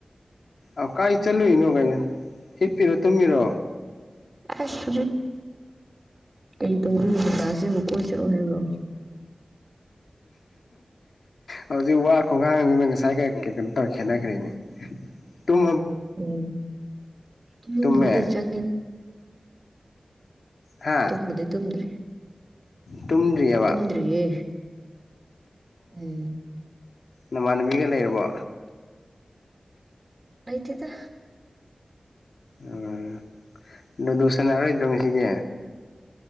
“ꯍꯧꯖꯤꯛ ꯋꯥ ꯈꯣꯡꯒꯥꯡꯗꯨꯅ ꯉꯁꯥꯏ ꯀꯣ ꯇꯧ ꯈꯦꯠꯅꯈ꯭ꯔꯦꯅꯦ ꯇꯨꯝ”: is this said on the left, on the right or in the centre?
Left